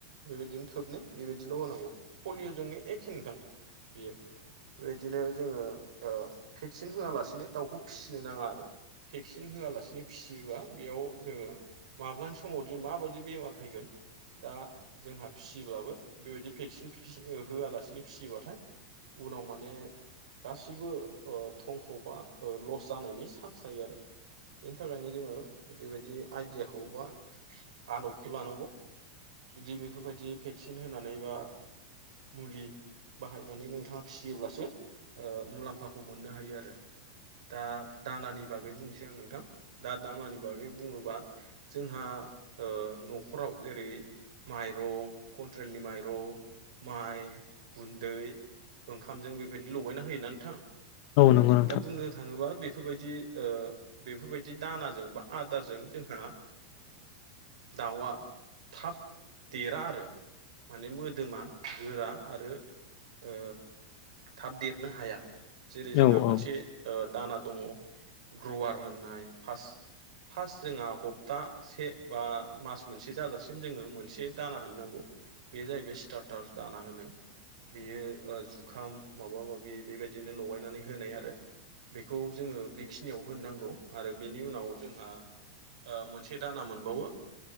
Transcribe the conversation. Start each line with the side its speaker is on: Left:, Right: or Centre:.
Right: बेबायदिनो थोबनै बेबायदिल' होनांगौ पलिय'जोंनो एखेनोथां बियो बेबायदिनो जोङो ओ भेक्सिन होआलासिनो दाउखौ फिसिनो नाङा आरो। भेक्सिन होआलासिनो फिसियोबा बेयाव जोङो माब्लानि समावदि माबायदि बेमार फैगोन दा जोंहा फिसियोब्लाबो बेबायदि भेक्सिन होआलासिनो फिसियोबाथाय उनाव माने गासिबो ओ थंख' बा ओ लस जानायनि सान्स थायो आरो बेनि थाखायनो जोङो बेबायदि आइडियाखौ बा आदबखौ लानांगौ। जुदि बेफोरबायदि भेक्सिन होनानै बा मुलि बाहायनानै नोंथाङा फियोब्लासो ओ मुलाम्फाखौ मोननो हायो आरो दा दानानि बागै बुंनोसै आं नोंथां दा दानानि बागै बुङोबा जोंहा ओ न'खराव जेरै माइरं खन्थ्रेलनि माइरं माइ गुन्दै ओंखामजों बेबायदि लगायना होयोना नोंथां
Left: नंगौ नोंथां
Right: दा बुंनो थाङोबा बे बेफोरबायदि ओ बेफोरबायदि दानाजों बा आदारजों जोंहा दाउआ थाब देरा आरो माने मोदोमा गोरा आरो ओ थाब देरनो हाया जेरै जोंहा
Left: औ
Right: मोनसे
Left: औ
Right: ओ दाना दङ ग्रुवार होननाय फार्स्ट फार्स्ट जोंहा हबथासे बा मास मोनसे जाजासिम जोङो मोनसे दाना होननांगौ बे जाहैबाय स्टारटार दाना होनो बेयो जुखाम माबा माबि बेबायदिनो लगायनानै होनाय आरो बेखौ जोङो बेखिनियाव होननांगौ आरो बेनि उनाव जोंहा ओ मोनसे दाना ओ मोनबावो